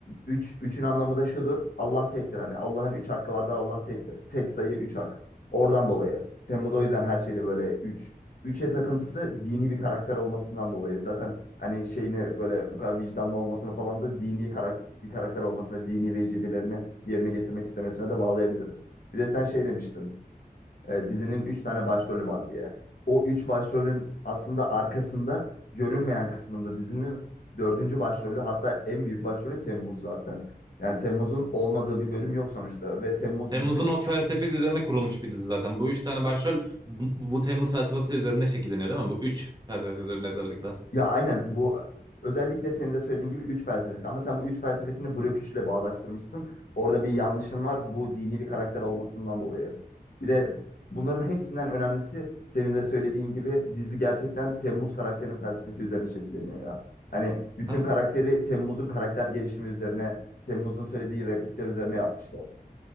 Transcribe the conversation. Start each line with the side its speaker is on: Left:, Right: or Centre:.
Left: Üç, üçün anlamı da şudur. Allah tektir. Hani Allah'ın üç hakkı vardır. Allah tektir. Tek sayı üç hak. Oradan dolayı. Temmuz o yüzden her şeyde böyle üç. Üçe takıntısı dini bir karakter olmasından dolayı. Zaten hani şeyini böyle bu kadar vicdanlı olmasını falan da dini karakter bir karakter olmasına, dini vecibelerini yerine getirmek istemesine de bağlayabiliriz. Bir de sen şey demiştin, e, dizinin 3 tane başrolü var diye. O 3 başrolün aslında arkasında görünmeyen kısmında dizinin dördüncü başrolü hatta en büyük başrolü Temmuz zaten. Yani Temmuz'un olmadığı bir bölüm yok sonuçta ve Temmuz
Right: Temmuz'un
Left: bütün
Right: o felsefesi üzerine kurulmuş bir dizi zaten. Bu üç tane başrol bu, bu Temmuz felsefesi üzerine şekilleniyor değil mi? Bu üç felsefesi üzerine özellikle.
Left: Ya aynen bu özellikle senin de söylediğin gibi üç felsefesi ama sen bu üç felsefesini blok üçle bağdaştırmışsın. Orada bir yanlışın var bu dini bir karakter olmasından dolayı. Bir de bunların hepsinden önemlisi senin de söylediğin gibi dizi gerçekten Temmuz karakterinin felsefesi üzerine şekilleniyor ya. Hani bütün
Right: Ha?
Left: karakteri Temmuz'un karakter gelişimi üzerine, Temmuz'un söylediği replikler üzerine yapmışlar.